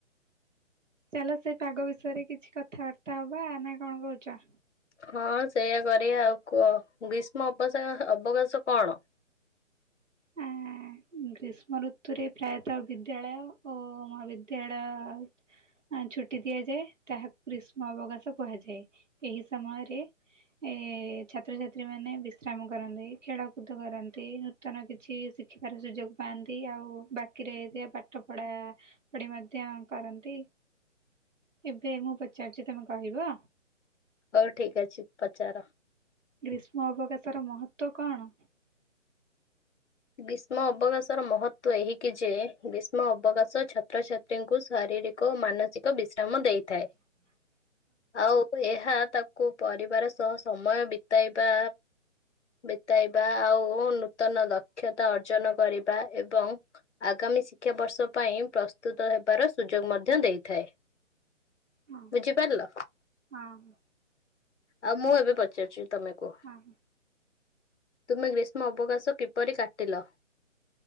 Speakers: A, on the right (about 80°); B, on the left (about 65°).
A: ଚାଲ ସେ ପାଗ ବିଷୟରେ କିଛି କଥାବାର୍ତ୍ତା ହବା ନା କଣ କହୁଛ।
B: ହଁ ସେଇୟା କରିବା ଆଉ, କୁହ ଗ୍ରୀଷ୍ମ ଅପସାର ଅବକାଶ କଣ?
A: ଆଁ ଗ୍ରୀଷ୍ମ ଋତୁରେ ପ୍ରାୟତଃ ବିଦ୍ୟାଳୟ ଓ ମହାବିଦ୍ୟାଳୟ ଛୁଟି ଦିଆଯାଏ ତାହାକୁ ଗ୍ରୀଷ୍ମ ଅବକାଶ କୁହାଯାଏ, ଏହି ସମୟରେ ଏ ଛାତ୍ରଛାତ୍ରୀ ମାନେ ବିଶ୍ରାମ କରନ୍ତି, ଖେଳକୁଦ କରନ୍ତି, ନୂତନ କି କିଛି ଶିଖିବାର ସୁଯୋଗ ପାଆନ୍ତି ଆଉ ବାକିରେ ଯେ ପାଠପଢ଼ା ଖୁଡ଼ି ମଧ୍ୟ କରନ୍ତି। ଏବେ ମୁଁ ପଚାରୁଚି ତମେ କହିବ?
B: ହୋଉ ଠିକ ଅଛି ପଚାର।
A: ଗ୍ରୀଷ୍ମ ଅବକାଶର ମହତ୍ବ କଣ?
B: ଗ୍ରୀଷ୍ମ ଅବକାଶର ମହତ୍ଵ ଏହି କି ଯେ ଗ୍ରୀଷ୍ମ ଅବକାଶ ଛାତ୍ରଛାତ୍ରୀ <unintelligible> ଶାରୀରିକ ଓ ମାନସିକ ବିଶ୍ରାମ ଦେଇଥାଏ।
A: <inaudible>
B: ଆଉ ଏହା ତାକୁ ପରିବାର ସହ ସମୟ ବିତେଇବା ବିତାଇବା ଆଉ ନୂତନ ଦକ୍ଷତା ଅର୍ଜନ କରିବା ଏବଂ ଆଗାମୀ ଶିକ୍ଷାବର୍ଷ ପାଇଁ ପ୍ରସ୍ତୁତ ହେବାର ସୁଯୋଗ ମଧ୍ୟ ଦେଇଥାଏ।
A: ହଁ
B: ବୁଝିପାରିଲ?
A: ହଁ
B: ଆଉ ମୁଁ ଏବେ ପଚାରୁଚି। ତମକୁ
A: ହଁ।
B: ତୁମେ ଗ୍ରୀଷ୍ମ ଅବକାଶ କିପରି କାଟିଲ?